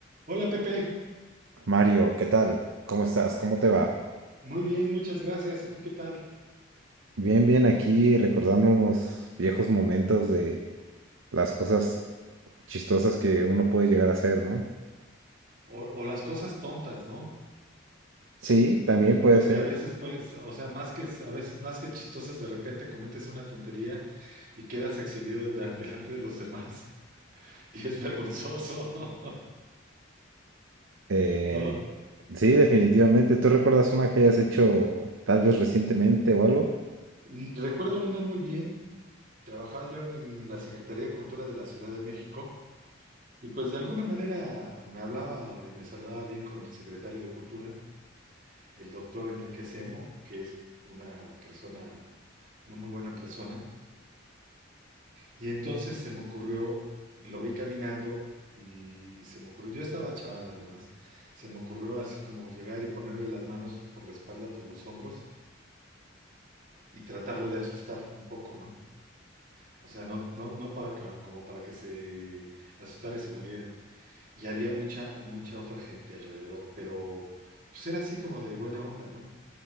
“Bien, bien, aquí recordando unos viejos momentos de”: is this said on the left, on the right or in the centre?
Right